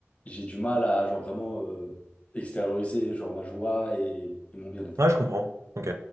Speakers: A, on the left (about 30°); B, on the right (about 90°).
A: j'ai du mal à genre vraiment euh, extérioriser genre ma joie et, et mon bien-être.
B: ouais, je comprends. Ok.